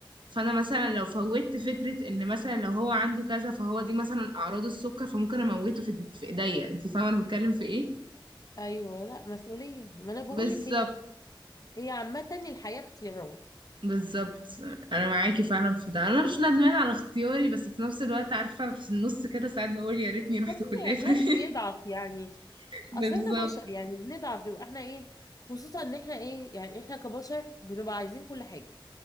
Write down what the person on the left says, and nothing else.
ايوه لا مسؤوليه ما انا بقول
لك هي هي عامه الحياه اختيارات
طبيعي
الواحد بيضعف يعني
اصل احنا بشر يعني بنضعف بيبقى احنا ايه خصوصا ان احنا ايه يعني احنا كبشر بنبقى عايزين كل حاجه